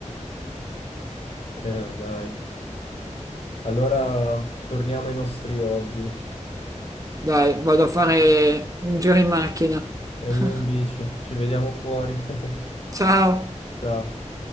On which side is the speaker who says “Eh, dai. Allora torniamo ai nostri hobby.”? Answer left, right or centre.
Left